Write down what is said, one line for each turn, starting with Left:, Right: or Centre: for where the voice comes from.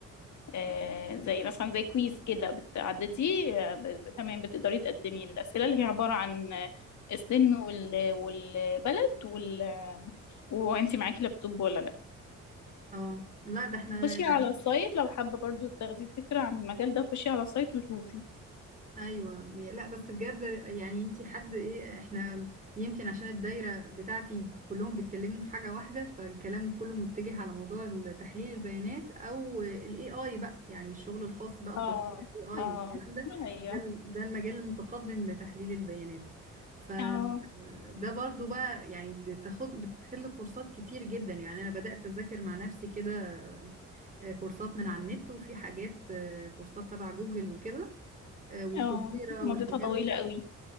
Left: آه، زي مثلا زي كويز كده بتعدتي آه، ب- تمام بتقدري تقدمي الاسئله اللي هي عباره عن آه، السن وال والبلد وال وانت معاكي لابتوب ولا لا
Right: اه لا ده احنا
Left: خشي
Right: يعني
Left: على السايت لو حابه برضو تاخدي فكره عن المجال ده خشي على السايت وشوفي
Right: ايوه لا بس بجد يعني انتي حد ايه احنا يمكن عشان الدايره بتاعتي كلهم بيتكلموا في حاجه واحده فالكلام كله متجه على موضوع تحليل البيانات او الاي اي بقى يعني الشغل الخاص بقى بتطوير
Left: اه
Right: الاي اي
Left: اه
Right: والكلام ده
Left: ايوه
Right: ده ال- ده المجال المتقدم لتحليل البيانات فده
Left: اه
Right: برضو بقى يعني بتاخد بتحل كورسات كتير جدا يعني انا بدات اذاكر مع نفسي كده آه، كورسات من على النت وفي حاجات آه، كورسات تبع جوجل وكده آه، وكورسيرا
Left: اه مدتها
Right: والحاجات
Left: طويله
Right: دي.
Left: قوي